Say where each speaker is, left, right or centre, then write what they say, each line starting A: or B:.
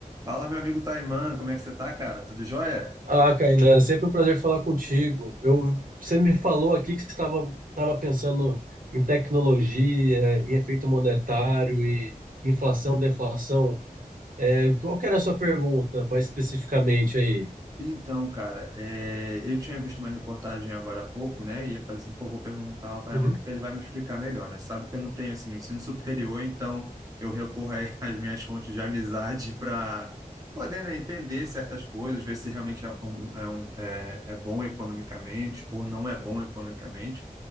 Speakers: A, on the right; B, on the right.
A: Fala, meu amigo Taiman, como é que você tá, cara? Tudo jóia?
B: Ah, Kainan, é sempre um prazer falar contigo. Eu, você me falou aqui que você estava estava pensando em tecnologia, em efeito monetário e inflação, deflação. É, qual que era a sua pergunta, mais especificamente aí?
A: Então, cara, é, eu tinha visto uma reportagem agora há pouco, né? E eu falei assim, pô, vou perguntar ao Tayama
B: Uhum.
A: porque ele vai me explicar melhor, né? Sabe que eu não tenho, assim, ensino superior, então eu recorro a- <laughs> às minhas fontes de amizade para poder, né, entender certas coisas, ver se realmente é, um- é, um- é- é bom economicamente ou não é bom economicamente.